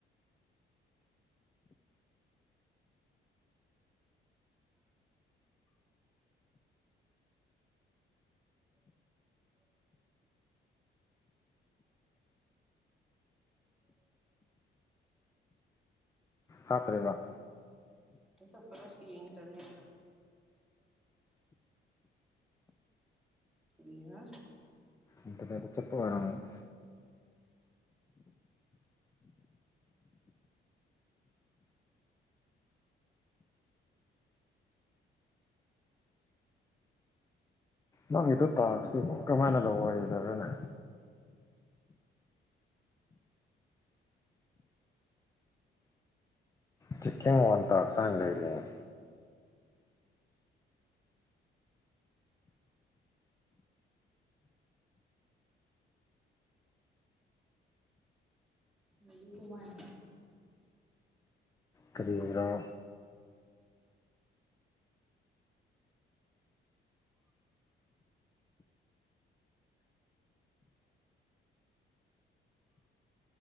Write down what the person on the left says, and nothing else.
ꯍꯥꯄꯦꯕ
ꯏꯟꯇꯔꯅꯦꯠꯇ ꯆꯠꯄ ꯑꯣꯏꯔꯝꯅꯤ ꯃꯪꯒꯤꯗꯨ ꯇꯥꯛꯁꯇꯨ
ꯀꯔꯃꯥꯏꯅ ꯂꯧꯑꯣꯗꯕ꯭ꯔꯥꯅꯦ
ꯆꯤꯀꯤꯡ ꯋꯥꯟ ꯇꯥꯛ ꯁꯅ ꯂꯩꯔꯤꯅꯦ
ꯀꯔꯤꯕꯔꯣ